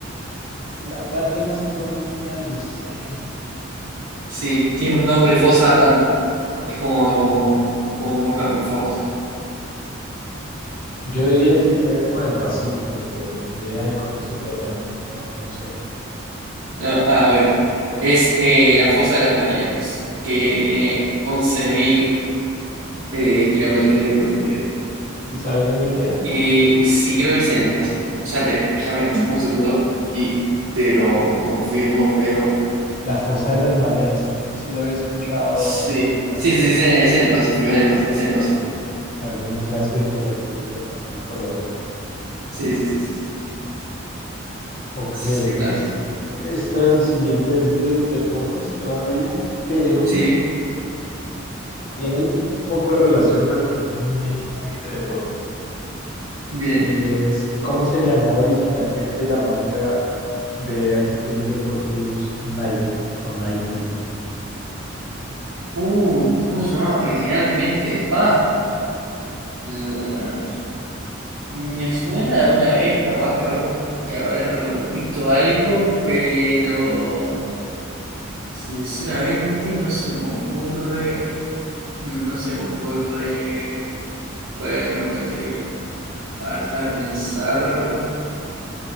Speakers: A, on the left; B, on the right.
A: La parte más profunda del océano.
B: Sí, tiene un nombre fosa tanto. Es como,
A: Eh,
B: como, como
A: este,
B: muy fam- famoso.
A: Yo diría que queda como en el Pacífico, pero ni idea de cómo se puede llamar. No, no sé.
B: No, ah, bueno. Es eh, la fosa de las Marianas, que tiene 11.000 eh, kilómetros de profundidad.
A: ¿Y sabes dónde queda?
B: Y sí, creo que es en el Pacífico. Ya te, déjame un segundo y te lo confirmo, pero
A: La Fosa de las Marianas. Creo que sí lo había escuchado
B: sí.
A: en alguna,
B: Sí, sí, sí, es en es en el Pacífico, es en el, Pac- es en el Pacífico.
A: alguna clase de geografía, pero no, no me acordaba.
B: Sí, sí, sí, sí, sí.
A: Ok,
B: Exactamente.
A: es, esta siguiente es de deportes todavía, pero
B: Sí,
A: tiene un poco de relación, pero no es muy, muy de deportes.
B: bien.
A: Y es cómo se llamaba originalmente la marca de artículos deportivos Nike o Nike.
B: Uh, ¿cómo se llamaba originalmente? Pa. eh, Me suena de alguna vez, capaz que haberlo- que haber visto algo, pero sinceramente no se me ocurre, no se me ocurre cuál era el nombre anterior. A ver, déjame pensar.